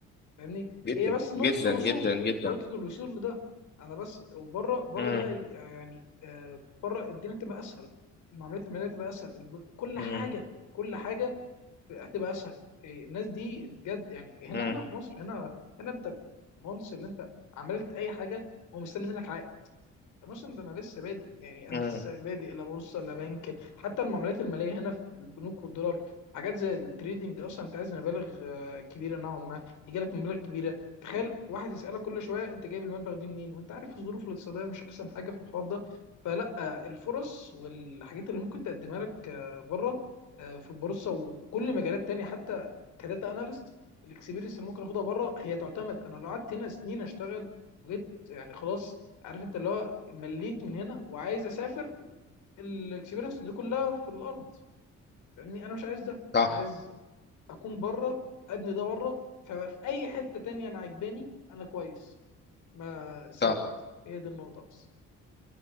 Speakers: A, on the left; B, on the left.
A: فاهمني
B: جدا
A: هي بس نقطة
B: جدا
A: الوصول
B: جدا جدا
A: نقطة الوصول لده انا بس وبره بره
B: امم
A: ده ي- يعني آه، بره الدنيا تبقى اسهل المعاملات المالية تبقى اسهل الب- كل
B: امم
A: حاجة كل حاجة هتبقى اسهل إيه، الناس دي بجد يعني هنا
B: امم
A: هنا في مصر هنا هنا انت مونس اللي انت عملت اي حاجة هو مستني منك عائد الموسم ده انا لسه بادئ يعني انا
B: امم
A: لسه بادئ لا بورصه لا بنك حتى المعاملات الماليه هنا في البنوك والدولار حاجات زي التريدينج اصلا انت عايز مبالغ آه، كبيره نوعا ما يجي لك مبالغ كبيره تخيل واحد يسالك كل شويه انت جايب المبلغ دي منين وانت عارف الظروف الاقتصاديه مش احسن حاجه في الحوار ده فلا آه، الفرص والحاجات اللي ممكن تقدمها لك آه، بره آه، في البورصه وكل مجالات تانية حتى كداتا اناليست الاكسبيرينس اللي ممكن اخدها بره هي تعتمد انا لو قعدت هنا سنين اشتغل وجيت يعني خلاص عارف انت اللي هو مليت من هنا وعايز اسافر الاكسبيرينس دي كلها في الارض فاهمني انا مش عايز ده
B: صح
A: انا عايز اكون بره ابني ده بره فبقى في اي حته تانية انا عجباني انا كويس ما ثابت
B: صح
A: هي دي النقطه بس